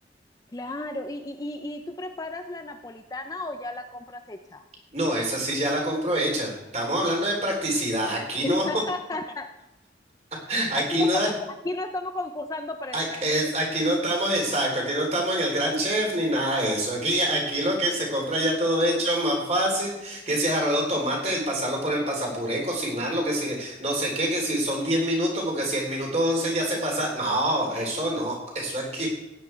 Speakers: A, on the left; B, on the right.
A: Claro. ¿Y, y, y, y tú preparas la napolitana o ya la compras hecha?
B: No, esa sí ya la compro hecha. Estamos hablando de practicidad. Aquí no,
A: <laughs>
B: <laughs> aquí
A: Aquí no
B: no,
A: estamos, aquí no estamos concursando para
B: ac-
A: el gran
B: es-
A: chef.
B: aquí no estamos exacto. Aquí no estamos en el gran chef ni nada de eso. Aquí, aquí lo que se compra ya todo hecho, más fácil, que si agarrar los tomates, el pasarlo por el pasapuré, cocinarlo, que si no sé qué, que si son 10 minutos, porque si el minuto 11 ya se pasa. No, eso no, <laughs> eso aquí.